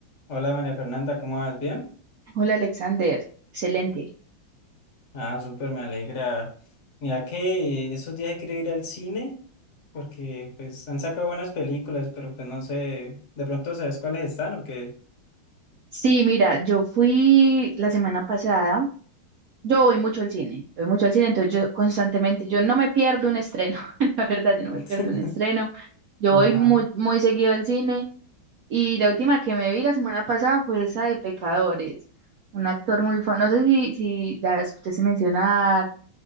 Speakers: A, on the left; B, on the right.
A: Hola María Fernanda, ¿cómo vas? ¿Bien?
B: Hola Alexander, excelente.
A: Ah, súper, me alegra. Mira que eh, esos días quiero ir al cine porque pues han sacado buenas películas, pero pues no sé, de pronto sabes cuáles están o qué.
B: Sí, mira, yo fui la semana pasada, yo voy mucho al cine, voy mucho al cine, entonces yo constantemente, yo no me pierdo un estreno, <laughs> la verdad, yo no
A: <laughs>
B: me pierdo un estreno, yo
A: Ajá.
B: voy muy, muy seguido al cine y la última que me vi la semana pasada fue esa de Pecadores, un actor muy famoso, no sé si, si la escuchaste mencionar,